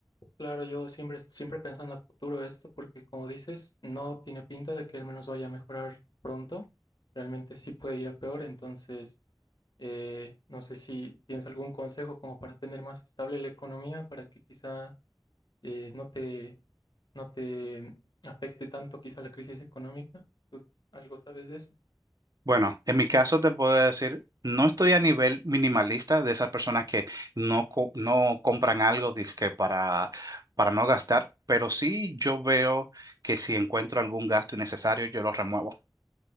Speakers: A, on the left; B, on the right.
A: Claro, yo siempre, siempre pensando a futuro esto porque como dices, no tiene pinta de que al menos vaya a mejorar pronto, realmente sí puede ir a peor, entonces eh, no sé si tienes algún consejo como para tener más estable la economía, para que quizá eh, no te, no te afecte tanto quizá la crisis económica. ¿Tú algo sabes de eso?
B: Bueno, en mi caso te puedo decir, no estoy a nivel minimalista de esas personas que no, co- no compran algo dizque para, para no gastar, pero sí yo veo que si encuentro algún gasto innecesario, yo lo remuevo.